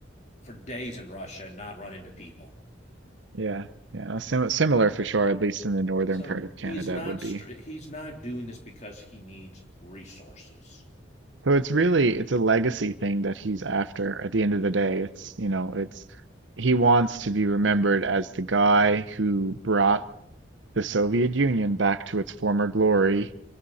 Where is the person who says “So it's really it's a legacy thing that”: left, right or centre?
Right